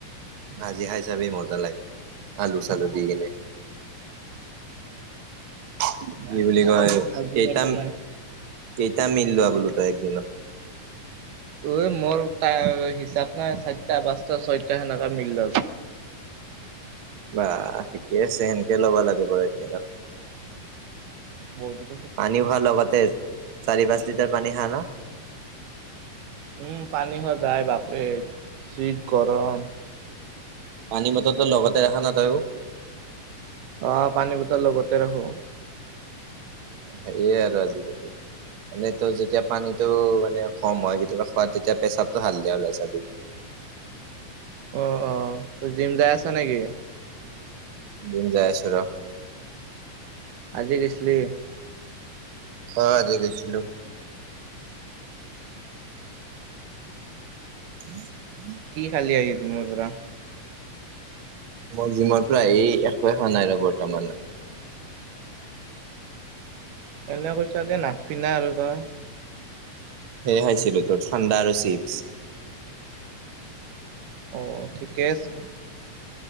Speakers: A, on the right (about 55°); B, on the right (about 75°).
A: ভাজি খাই চাবি মজা লাগে আলু চালু দি কিনে। <unintelligible>
B: নাই নাই
A: কয়
B: আমি ভাজিহে
A: কেইটা
B: বনাই।
A: কেইটা মিললোৱা বোলো তই একদিনত?
B: ঐ মোৰ তাৰ হিচাপ নাই চাৰিটা পাঁচটা ছয়টা সেনেকা মিল
A: বা ঠিকে আছে সেনকে ল'ব লাগে বাৰু একদিনত।
B: বহুত দিন
A: পানী হোৱাৰ লগতে চাৰি পাঁচ লিটাৰ পানী খা না?
B: উম পানী সদায় বাপৰে জি গৰম।
A: পানী বটল তো লগতে ৰখা না তয়ো?
B: অ পানী বটল লগতে ৰাখো।
A: সেয়ে আৰু আজিকালি। মানে তই যেতিয়া পানীটো মানে কম হয় কেতিয়াবা খোৱাত তেতিয়া পেচাবটো হালধিয়া ওলাই চাবি।
B: অ অ তই জিম যাই আছা নেকি?
A: জিম যাই আছো ৰহ
B: আজি গৈছিলি?
A: অ, আজি গৈছিলো। <unintelligible>
B: কি খালি আহি জীমৰ পৰা?
A: মোৰ জীমৰ পৰা এই একোয়েই খোৱা নাই বৰ্তমানত।
B: এনে কৈছ দে নাক পিন্ধা আৰু তই।
A: সেয়ে খাইছিলোঁ, তোৰ ঠাণ্ডা আৰু চিপছ
B: অ, ঠিকে আছে।